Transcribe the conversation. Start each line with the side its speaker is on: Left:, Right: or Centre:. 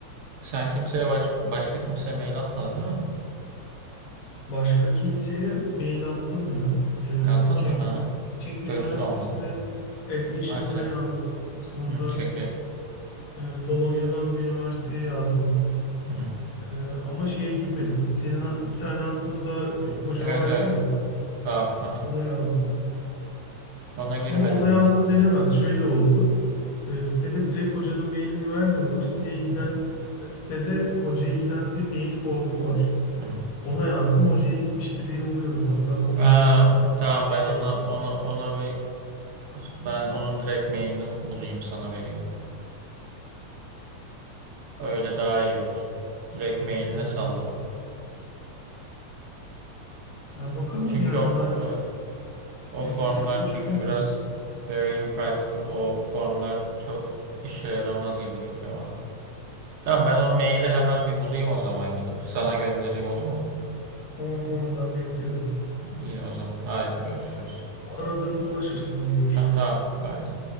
Right: Sen kimseye baş, başka kimseye mail atmadın değil mi?
Left: Başka kimseye mail attım ya. Ee,
Right: Attın
Left: Çek,
Right: mı? Hı hı.
Left: Çek Üniversitesi'ne
Right: Dönüş olmadı mı?
Left: admission'ına
Right: Ay çek.
Left: yazdım. Sonra
Right: Hı, çeke.
Left: e, Polonya'dan bir üniversiteye yazdım.
Right: Hı hı.
Left: Ee, ama şeye girmedim. Senin a- bir tane attığın daha
Right: Hı hı.
Left: hoca
Right: Evet
Left: vardı
Right: evet.
Left: ya.
Right: Tamam. Hı hı.
Left: Ona yazdım.
Right: Ona girmedin
Left: Ama ona
Right: mi
Left: yazdım
Right: dedin?
Left: denemez. Şöyle oldu.
Right: Hı hı.
Left: Ee, sitede direkt hocanın mailini vermiyorlar. Siteye giden,
Right: Hı hı.
Left: sitede hocaya giden bir mail formu var.
Right: Hı hı.
Left: Ona yazdım. Hocaya gitmiştir diye umuyorum. Hatta kabul
Right: Aa,
Left: edildi falan
Right: tamam
Left: bir
Right: ben
Left: şey
Right: ona
Left: de.
Right: ona ona bir ben onun direkt mailini bulayım sana vereyim. Öyle daha iyi olur. Direkt mailine
Left: Aynen.
Right: salla.
Left: Yani bakalım
Right: Çünkü
Left: yani
Right: o fo-
Left: ben
Right: evet, o
Left: e,
Right: formlar
Left: sitesini
Right: çünkü
Left: çözemedim.
Right: biraz very impractical. O formlar çok işe yaramaz gibi geliyor bana. Tamam ben o maili hemen bir bulayım o zaman gidip sana göndereyim olur mu?
Left: Tamam tamam ben bekliyorum.
Right: İyi o zaman. Haydi görüşürüz.
Left: Aradığımda ulaşırsın. Hadi görüştük.
Right: Ha, tamam. Haydi.